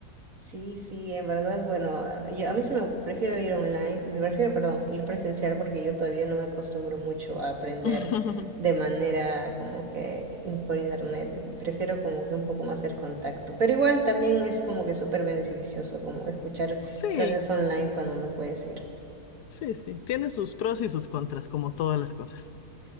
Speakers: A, on the right; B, on the left.
A: Sí, sí, en verdad, bueno, a- yo a mí se me prefiero ir online, prefiero, perdón, ir presencial porque yo todavía no me acostumbro mucho a aprender
B: <laughs>
A: de manera como que in- por internet y prefiero como que un poco más el contacto. Pero igual también es como que súper beneficioso como escuchar
B: Sí,
A: clases online cuando no puedes ir.
B: sí, sí, tiene sus pros y sus contras, como todas las cosas.